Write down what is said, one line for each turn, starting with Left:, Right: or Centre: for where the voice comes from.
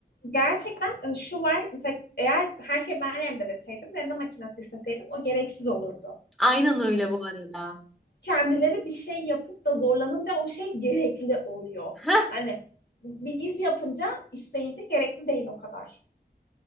Left: gerçekten hani şu var mesela eğer her şeyi ben rendeleseydim rende makinesi isteseydim o gereksiz olurdu.
Centre: Aynen öyle bu arada.
Left: Kendileri bir şey yapıp da zorlanınca o şey gerekli oluyor.
Centre: <laughs>
Left: Hani biz yapınca isteyince gerekli değil o kadar.